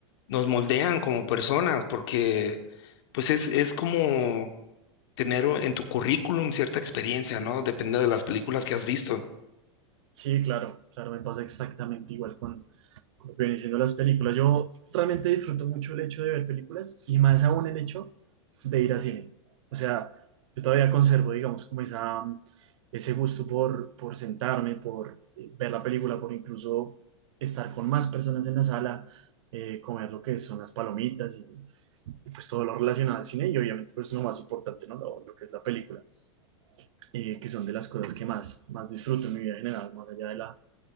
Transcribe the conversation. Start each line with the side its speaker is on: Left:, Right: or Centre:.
Left: nos moldean como personas porque, pues, es, es como tener en tu currículum cierta experiencia, ¿no? Depende de las películas que has visto.
Right: Sí, claro, claro, me pasa exactamente igual con, con lo que vienen siendo las películas. Yo realmente disfruto mucho el hecho de ver películas y más aún el hecho de ir a cine. O sea, yo todavía conservo, digamos, como esa, ese gusto por, por sentarme, por eh, ver la película, por incluso estar con más personas en la sala, eh, comer lo que son las palomitas y, y pues todo lo relacionado al cine y obviamente pues lo más importante, ¿no? Lo, lo que es la película. eh, que son de las cosas que más, más disfruto en mi vida en general, más allá de la,